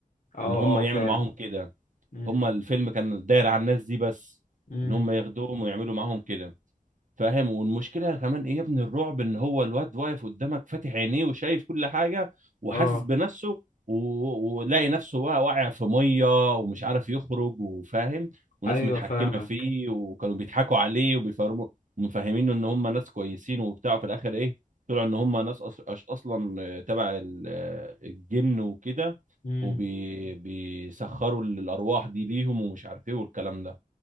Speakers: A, on the left; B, on the right.
A: اه
B: ان هم
A: اه
B: يعملوا
A: فاهم
B: معاهم كده
A: امم
B: هم الفيلم كان داير على الناس دي بس
A: امم
B: ان هم ياخدوهم ويعملوا معاهم كده فاهم والمشكله كمان ايه يا ابني الرعب ان هو الواد واقف قدامك فاتح عينيه وشايف كل حاجه وحاسس
A: اه
B: بنفسه و- ولاقي نفسه بقى واقع في ميه ومش عارف يخرج وفاهم وناس
A: ايوه
B: متحكمه
A: فاهمك
B: فيه وكانوا بيضحكوا عليه وبيفهموا ومفهمينه ان هم ناس كويسين وبتاع في الاخر ايه طلعوا ان هم ناس أص... أش- اصلا آه، تبع ال- آه، الجن وكده
A: امم
B: وبيسخروا الارواح دي ليهم ومش عارف ايه والكلام ده